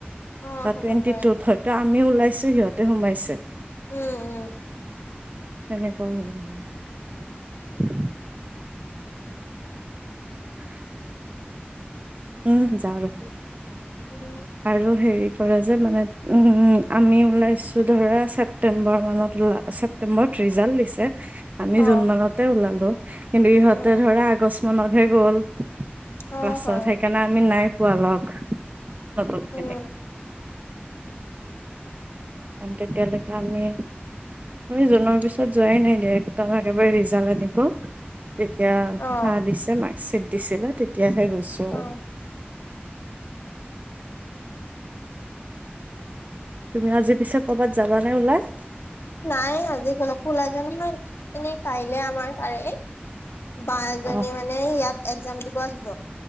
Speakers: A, on the left; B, on the right.
A: অ হ'ব
B: টুৱেন্টি
A: পাৰে
B: টুত হয়তো আমিও ওলাইছো সিহঁতে সোমাইছে।
A: উম', উম।
B: তেনেকুৱাও হ'ব পাৰে। <inaudible> উম, যাও আৰু।
A: উম
B: আৰু হেৰি কৰা যে, মানে উম, আমি ওলাইছো ধৰা ছেপটেম্বৰ মানত ছেপ্তেম্বৰত ৰিজাল্ট দি ছে আমি
A: অ
B: জুন মানতে ওভালে কিন্তু ইহতে
A: উম
B: ধৰা আগ মনতহে গ'ল
A: অ
B: ক্লাছত
A: হয়
B: সেইকাৰণে আমি নাই পোৱালগ নতম খেলে
A: উম
B: <unintelligible> আমি আমি জুনৰ পিছত যোৱাই নাই দিয়া একদম একেবাৰে ৰিজাল্ট আনিব। যেতিয়া
A: অ
B: ভা দিছে মাৰ্কশ্বিট দিছিলে তেতিয়াহে গৈছো
A: অ
B: আৰু তুমি আজি পিছে কৰ'বাত যাবা নে ওলাই
A: নাই আজি কোনোলাজ নহয়ি কাইলে আমাৰ তাৰে। বাা এজনী
B: অ
A: মানে ইয়াত একজাম দিব আহিব